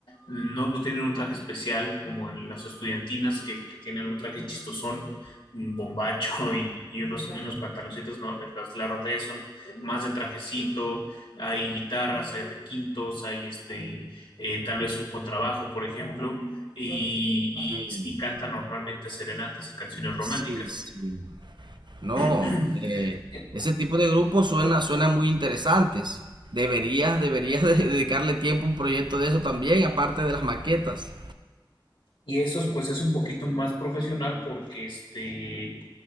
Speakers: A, on the left (about 80°); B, on the right (about 60°).
A: no, no tienen un traje especial como en las estudiantinas que, que tienen un traje chistosón, un bombacho <laughs> y, y unos, y unos pantaloncitos, no, las, las rondallas son más de trajecito, hay guitarras, hay requintos, hay este eh, tal vez un contrabajo, por ejemplo, y, y,
B: Mm,
A: y canta normalmente serenatas y canciones románticas.
B: Sí, sí. No,
A: <clears throat>
B: eh,
A: <coughs>
B: ese tipo de grupos suena, suena muy interesantes. Deberías, deberías de- dedicarle tiempo a un proyecto de eso también, aparte de las maquetas.
A: Y esos, pues, es un poquito más profesional porque este,